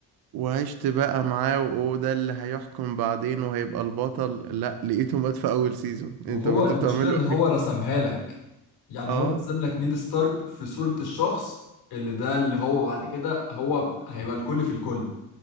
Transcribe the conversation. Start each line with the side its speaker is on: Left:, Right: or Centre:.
Right: وعشت بقى معاه وهو ده اللي هيحكم بعدين وهيبقى البطل لا لقيته مات في اول سيزون
Left: وهو
Right: انت انت
Left: المشكلة
Right: بتعمله
Left: ان هو
Right: ايه
Left: رسمها لك يعني
Right: اه
Left: هو رسم لك نيد ستارك في صورة الشخص اللي ده اللي هو بعد كده هو هيبقى الكل في الكل